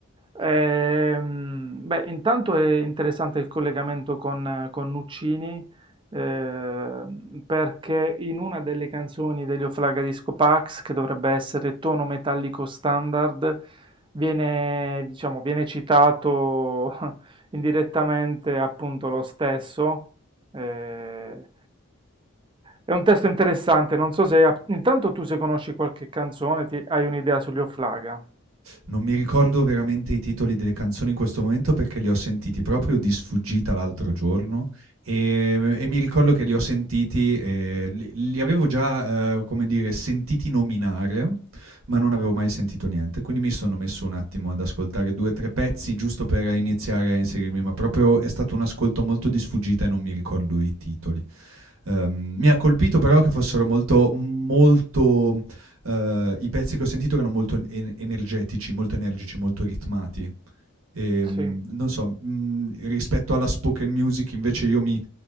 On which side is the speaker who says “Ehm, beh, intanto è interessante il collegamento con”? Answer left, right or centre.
Right